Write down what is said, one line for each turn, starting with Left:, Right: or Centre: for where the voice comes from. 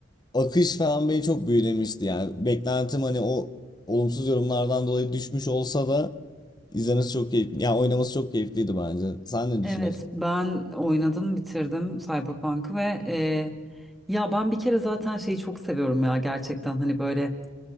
Left: akış falan beni çok büyülemişti. Yani beklentim hani o olumsuz yorumlardan dolayı düşmüş olsa da izlemesi çok keyifli. Yani oynaması çok keyifliydi bence. Sen ne düşünüyorsun?
Centre: Evet, ben oynadım, bitirdim Cyberpunk'ı ve e, ya ben bir kere zaten şeyi çok seviyorum ya gerçekten hani böyle